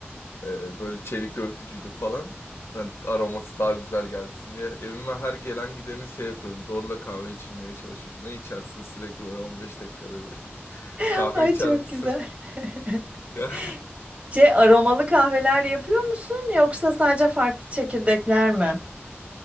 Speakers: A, on the left; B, on the right.
A: Ee, böyle çelik örtücülü falan. Yani aroması daha güzel gelsin diye. Evime her gelen gideni şey yapıyorum. Zorla kahve içirmeye çalışıyorum. Ne içersin sürekli böyle 15 dakikada bir. <laughs>
B: <laughs>
A: Kahve
B: Ay
A: içer
B: çok
A: misin?
B: güzel. <laughs>
A: <laughs> Ya,
B: Şey aromalı kahveler yapıyor musun yoksa sadece farklı çekirdekler mi?